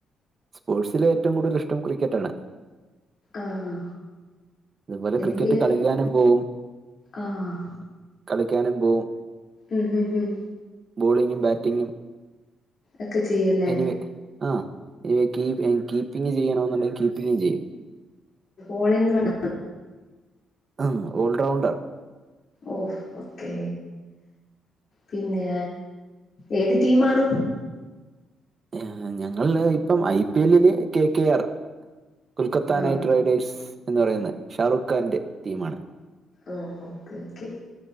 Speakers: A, on the right; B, on the left.
A: സ്പോർട്സില് ഏറ്റവും കൂടുതൽ ഇഷ്ടം ക്രിക്കറ്റാണ്.
B: ആഹ്.
A: അതുപോലെ
B: എനിക്ക്
A: ക്രിക്കറ്റ് കളിക്കാനും പോവും.
B: ആഹ്.
A: കളിക്കാനും പോവും.
B: ഉം ഉം ഉം.
A: ബോളിങ്ങും ബാറ്റിങ്ങും.
B: ഒക്കെ ചെയ്യുംല്ലേ
A: എനിവേ ആഹ് ഏഹ് കീ എൻ കീപ്പിംഗ് ചെയ്യണെന്നുണ്ടെങ്കിൽ കീപ്പിംഗും ചെയ്യും.
B: ഓളിൻ വണ്ണ
A: അഹ് ഓൾറൗണ്ടർ.
B: ഓഹ് ഓക്കേ. പിന്നേ, ഏത് ടീമാണ്?
A: ഏഹ് ഞങ്ങള്ല് ഇപ്പം, ഐ പി എല്ലി ല് കെ കെ ആർ. കൊൽക്കത്താ
B: ആഹ്
A: നൈറ്റ് റൈഡ് ഡ്സ് എന്ന് പറയുന്ന ഷാറൂഖ് ഖാന്റെ ടീമാണ്.
B: ഓ ഓക്കേ ഓക്കേ.